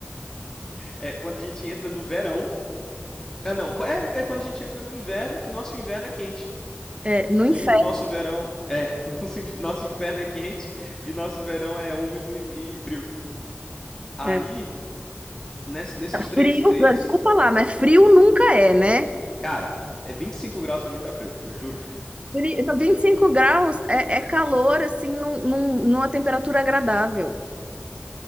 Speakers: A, on the left (about 15°); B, on the right (about 30°).
A: É quando a gente entra no verão. Ah, não. É, é quando a gente entra no inverno, que nosso inverno é quente.
B: É, no inferno.
A: E o nosso verão. <laughs> É, nosso, nosso inferno é quente e nosso verão é úmido e, e frio. Aí,
B: É.
A: ness- nesses três,
B: Frio.
A: três.
B: ah, Desculpa lá, mas frio nunca é, né?
A: Cara, é 25 graus pra mim tá frio, eu juro.
B: Fri- não, 25 graus é, é calor, assim, num, num- numa temperatura agradável.